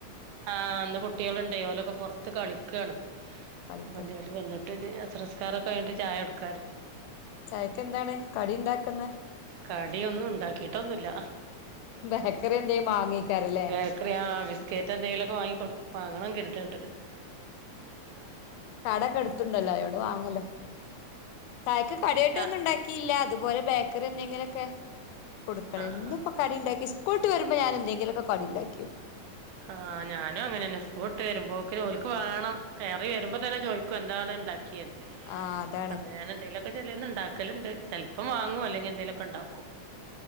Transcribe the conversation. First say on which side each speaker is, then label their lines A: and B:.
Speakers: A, on the right; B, on the left.
A: ആഹ് ഇന്ന് കുട്ടികള്ണ്ടേയ് ഓലൊക്കെ പൊറത്ത് കളിക്കാണ്.
B: കളിക്ക്
A: അപ്പഞ്ഞ് ഓല് വന്നിട്ട് അസറ്സ്കാരൊക്കെ കഴിഞ്ഞിട്ട് ചായൊട്ക്കാര്തി.
B: ചായക്ക് എന്താണ് കടി ഉണ്ടാക്കുന്നെ
A: കടി ഒന്നും ഉണ്ടാക്കീട്ടൊന്നുല്ല.
B: ബേക്കറ്യെന്തേം മാങ്ങയ്ക്കാരല്ലേ
A: ബേക്കറി ആഹ് ബിസ്ക്കറ്റ് എന്തെങ്കിലൊക്കെ വാങ്ങി കൊട് വാങ്ങണം കെരുത്ണ്ട്.
B: കടക്കെ എട്ത്തുണ്ടല്ലോ അയോണ്ട് വാങ്ങല്ലോ ചായക്ക് കടിയായിട്ട്
A: ആഹ്
B: ഒന്നും ഉണ്ടാക്കില്ല ഇത് പോലെ ബേക്കറി എന്തെങ്കിലൊക്കെ കൊടുക്കണം. എന്നും
A: ആഹ്
B: ഇപ്പോ കടിണ്ടാക്ക്യ സ്കൂള്ട്ട് വരു മ്പ ഞാന് എന്തെങ്കിലൊക്കെ കടിണ്ടാക്കിയേക്കും.
A: ആഹ് ഞാനും അങ്ങനെന്നെ സ്കൂൾട്ട് വരുമ്പോക്ക്ന് ഓൽക്ക് വേണം കയറി വരുമ്പൊ തന്നെ ചോയ്ക്കും എന്താണ് ഇണ്ടാ ക്കിയേന്ന്
B: ആഹ് അതാണ്
A: അപ്പൊ ഞാൻ എന്തേലൊ ക്കെ ചെലേന്ന് ഇണ്ടാക്കല്ണ്ട് ചെലപ്പം വാങ്ങും അല്ലെങ്കി എന്തേലൊക്കെ ഇണ്ടാക്കും.